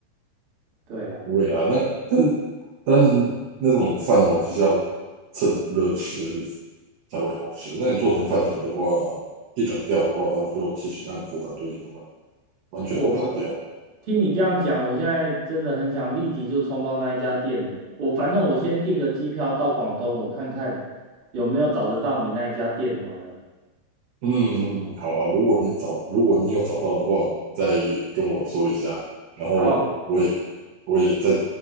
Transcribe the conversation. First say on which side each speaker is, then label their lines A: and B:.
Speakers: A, on the right (about 50°); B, on the right (about 80°).
A: 对啊，
B: 不会啦，那但但那种饭哦，就是要趁热吃才会好吃。那你做成饭团的话，一冷掉的话，它就其实那个口感就已经完完全都跑掉了。
A: 哦，我听你这样讲，我现在真的很想立即就冲到那一家店呢。我反正我先订个机票到广东，我看看有没有找得到你那一家店好了。
B: 嗯嗯，嗯好啊。如果你找，如果你有找到的话，再跟我说一下，然后我也我也再
A: 好，